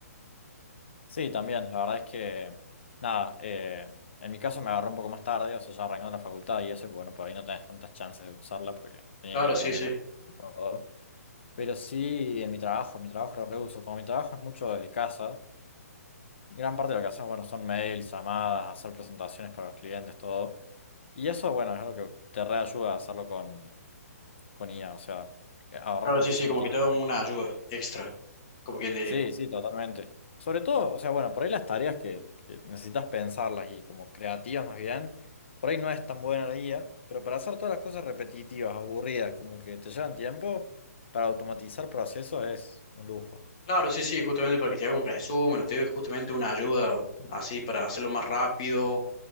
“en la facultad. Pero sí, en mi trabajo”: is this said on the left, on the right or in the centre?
Left